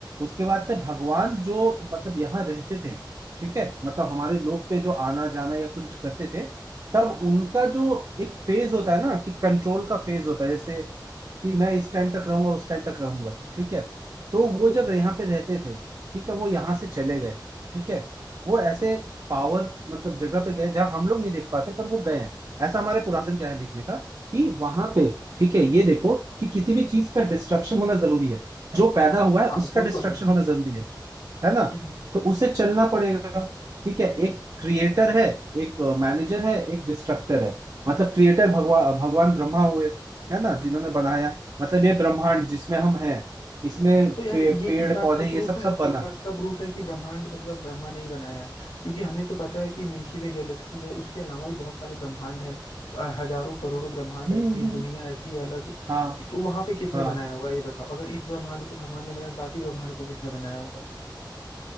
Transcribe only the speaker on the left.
हाँ
वो
तो है
हम्म
तो यार
ये
इस बात
का प्रूफ
है
इस बात का प्रूफ है कि ब्रह्मांड मतलब ब्रह्मा ने ही बनाया है क्योंकि हमें तो पता है कि मिल्की वे गैलेक्सी है उसके अलावा भी बहुत सारे ब्रह्मांड हैं अ, हजारों करोड़ों ब्रह्मांड
ऐसी है
दुनिया ऐसी है अलग
कि तो वहां पे किसने
बनाया होगा ये बताओ अगर इस ब्रह्मांड को भगवान ने बनाया तो बाकी ब्रह्मांड को किसने बनाया होगा